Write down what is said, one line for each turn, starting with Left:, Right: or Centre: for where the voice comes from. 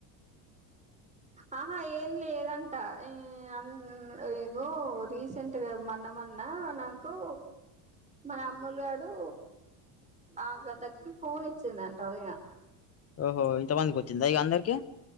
Right: ఆహా ఏం లేదంట ఇ ఆ ఇగో రీసెంట్గా మన్న మన్న నాకు మన అమ్ములుగాడు ఆ గదక్కి ఫోన్ ఇచ్చిందంట ఉదయం
Left: ఓహో ఇంత మందికి వచ్చందా ఇక అందరికి